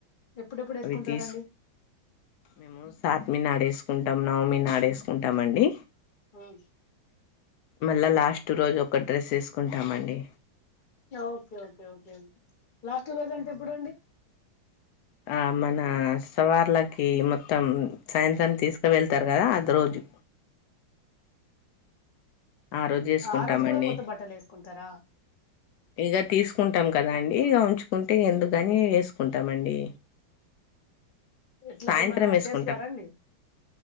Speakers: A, on the left; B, on the left.
A: ఎప్పుడెప్పుడు వేసుకుంటారండి
B: అవి తీసు మేము సాత్మి నాడేసుకుంటమమ్ నవమి నాడేసుకుంటామండి
A: హుమ్
B: మల్ల లాస్ట్ రోజు ఒక డ్రెస్ వేసుకుంటం అండి
A: okay okay okay okay last రోజు అంటె
B: అవునండి
A: ఎప్పుడు అండి
B: ఆ మన సవార్లకి మొత్తం సాయంత్రం తీసుక వెళ్తారు కద అద రోజు ఆ రోజు వేసుకుంటామండి
A: ఆ రోజు కూడ కొత్త బట్టలు వేసుకుంటరా
B: ఇగ తీసుకుంటం కద అండి ఇగ ఉంచుకుంటె ఎందుకని వేసుకుంటామండి
A: ఇట్లా
B: సాయంత్రం
A: ఏమన్నా
B: ఏసుకుంటం
A: చేస్తారా అండి